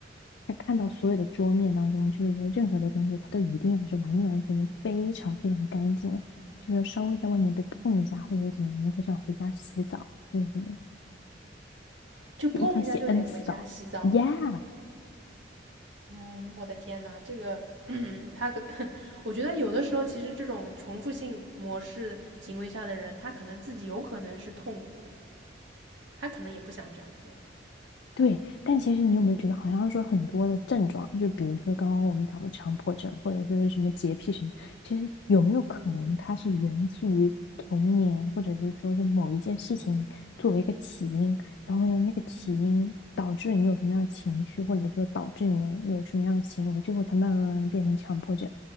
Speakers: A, on the left; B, on the right.
A: 他看到所有的桌面当中，就是说任何的东西，他都一定要是完完全全非常非常干净的，就是稍微在外面被碰一下或者是怎么样，他就要回家洗澡，就是什么，
B: 就碰一下就得回家洗澡嘛。
A: 就一天洗 N 次澡，Yeah，
B: 嗯，我的天呐，这个，<clears throat> 他可，<laughs> 我觉得有的时候其实这种重复性模式行为下的人，他可能自己有可能是痛苦的，他可能也不想这样做。
A: 对，但其实你有没有觉得，好像说很多的症状，就比如说刚刚我们讲的强迫症，或者说是什么洁癖什么，其实有没有可能它是源自于童年，或者是说是某一件事情作为一个起因，然后呢，那个起因导致你有什么样的情绪，或者说导致你有什么样的行为，最后才慢慢慢慢变成强迫症。